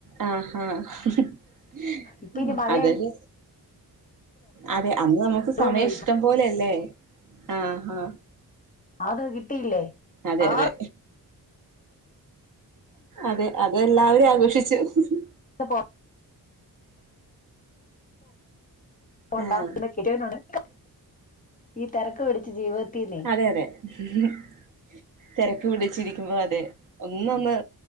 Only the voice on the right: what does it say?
ആ ആഹ ഹ ഹ
അതല്ല അതെ അന്ന് നമുക്ക്
സമയം
ഇഷ്ടം പോലെ അല്ലെ ആഹ് ആഹ
അതെ
അതെ.... അതെ അതെല്ലാവരും ആഘോഷിച്ചു ഹ്ഹ്ഹ്..
ആഹ്
അത അതെ ഹെഹെ തിരക്ക് പിടിച്ചി രിക്കുമ്പോ അതെ ഒന്നന്ന്